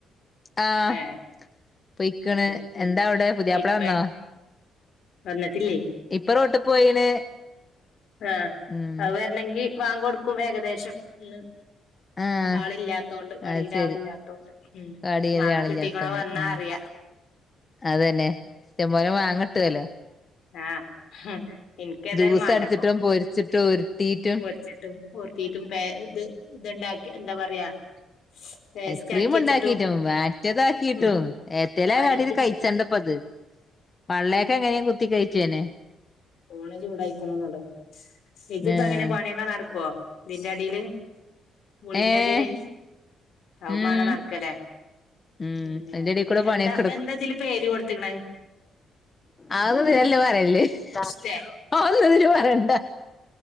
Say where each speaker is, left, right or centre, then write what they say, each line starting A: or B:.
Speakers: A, on the left; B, on the left.
A: ആഹ്
B: ഏ
A: പൊയിക്കണ്
B: അത് ശരി പിന്നെ
A: എന്താ അവിടെ പുതിയാപ്പള
B: ഇപ്പേ
A: വന്നൊ
B: വന്നിട്ടില്ലേ
A: ഇപ്പ റോട്ട് പോയിണ്
B: ആഹ്
A: ഉം
B: അതു വരണെങ്കി വാങ്ക് കൊടുക്കുമ്പോ ഏകദേശം ഉം
A: ആഹ്
B: ആളില്ലാത്തോണ്ട് കടയിലാ
A: അത് ശരി
B: ളില്ലാത്തോണ്ട് ഉം
A: കടയില്
B: മാങ്ങ
A: ആളില്ലാത്തൊണ്ട്
B: കിട്ടിക്കണോ വന്നാ
A: ഉം
B: അറിയാ
A: അതന്നെ ഇഷ്ട്ടം പോലെ മാങ്ങാകിട്ടുമല്ലോ
B: ആഹ് ഹും എനിക്ക് ഏതായാലും
A: ജ്യൂസ്
B: മേണ്ടപ്പോ
A: അടിച്ചിട്ടും പൊരിച്ചിട്ടും ഉരുട്ടിയിട്ടും
B: കൊറച്ചിട്ടും പൊറത്തീട്ടും പേ ഇത് ഇതുണ്ടാക്കി എന്താ പറയാ പേസ്റ്റ്
A: ഐസ്ക്രീം
B: ആക്കി വെച്ചിട്ടും
A: ഉണ്ടാക്കീട്ടും മറ്റേ താക്കിട്ടും
B: ഉം
A: എന്തേലുക്കെകാട്ടിട്ടും
B: പലേ ഐറ്റം
A: കഴിച്ചാണ്ടപ്പൊ
B: ഉണ്ടാക്കി.
A: ഇത് പള്ളയെക്കെ എങ്ങനെയും കുത്തി കയറ്റിയെന്നേ
B: ഓള് ചൂടായികൊള്ളുമെന്നു കണ്ടോ ഇഞ്ചിപ്പോ
A: ഏഹ്
B: എങ്ങനെയാ പണിയൊക്കെ നടക്കുവൊ ഇതിന്റെ അടിയില് മോളിന്റെ
A: ഏഹ്
B: അടിയില് അവമ്മാങ്ങ്
A: ഉം
B: നടക്കല്ലേ
A: ഉം
B: പിന്നെ
A: അതിന്റെ എടേ കൂടെ
B: എന്താ
A: പണിയൊക്കെ
B: എന്താതില് പേര് കൊടുത്തക്ക്ണേ
A: അതൊന്നു ഇതില് പറയല്ല്
B: മുസ്തേ
A: ആഹ് ഓ അത് ഇതില് പറയണ്ടാ